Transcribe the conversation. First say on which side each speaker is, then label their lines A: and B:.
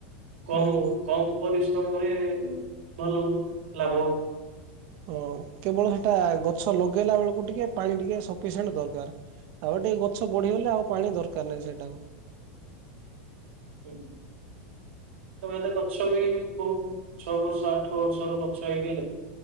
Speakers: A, on the right (about 80°); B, on the right (about 45°).
A: କମ
B: ଆଉ
A: କମ ପରିଶ୍ରମରେ ଭଲ ଲାଗ
B: ହଁ କେବଳ ହେଟା ଗଛ ଲଗେଇଲା ବେଳକୁ ଟିକେ ପାଣି ଟିକେ ସଫିସିଏଣ୍ଟ ଦରକାର ଆଉ ଟିକେ ଗଛ ବଢିଗଲେ ଆଉ ପାଣି ଦରକାର ନାହିଁ ସେଇଟାକୁ
A: ହୁଁ ତ ଏବେ ତ ଗଛରୁ ବି କୋଉ ଛଅ ବର୍ଷ ଆଠ ବର୍ଷର ଗଛ ହେଇଗଲେ